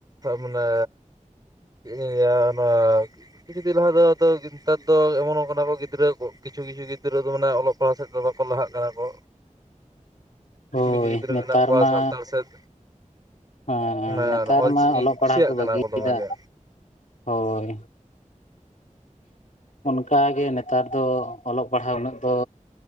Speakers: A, on the right; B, on the left.
A: ᱢᱟᱱᱮ ᱪᱮᱫ ᱤᱧ ᱞᱟᱹᱣᱟ ᱚᱱᱟ ᱠᱤᱪᱷᱩ ᱫᱤᱱ ᱞᱟᱦᱟ ᱫᱚ ᱱᱮᱛᱟᱨ ᱫᱚ ᱮᱢᱚᱱᱚᱜ ᱠᱟᱱᱟ ᱠᱚ ᱜᱤᱫᱽᱨᱟᱹ ᱠᱚ ᱠᱤᱪᱷᱩ ᱠᱤᱪᱷᱩ ᱜᱤᱫᱽᱨᱟᱹ ᱢᱮ ᱚᱞᱚᱜ ᱠᱚᱲᱟ ᱥᱮᱫ ᱫᱚ ᱵᱟᱠᱚ ᱞᱟᱦᱟᱜ ᱠᱟᱱᱟ ᱠᱚ ᱠᱤᱪᱷᱩ
B: ᱦᱳᱭ
A: ᱠᱤᱪᱷᱩ ᱜᱤᱫᱽᱨᱟᱹ
B: ᱱᱮᱛᱟᱨ
A: ᱢᱮᱱᱟᱜ ᱠᱚᱣᱟ
B: ᱢᱟ
A: ᱥᱟᱱᱛᱟᱲ ᱥᱮᱫ
B: ᱦᱮᱸ
A: ᱚᱱᱟ
B: ᱱᱮᱛᱟᱨ
A: ᱚᱞᱪᱤᱠᱤ
B: ᱢᱟ ᱚᱞᱚᱜ
A: ᱠᱩᱥᱤᱭᱟᱜ
B: ᱯᱟᱲᱦᱟᱜ ᱠᱚ
A: ᱠᱟᱱᱟ
B: ᱵᱟᱹᱜᱤᱭᱮᱫᱟ
A: ᱫᱚᱢᱮ ᱜᱮ
B: ᱦᱳᱭ ᱚᱱᱠᱟ ᱜᱮ ᱱᱮᱛᱟᱨ ᱫᱚ ᱚᱞᱚᱜ ᱯᱟᱲᱦᱟᱣ ᱩᱱᱟᱹᱜ ᱫᱚ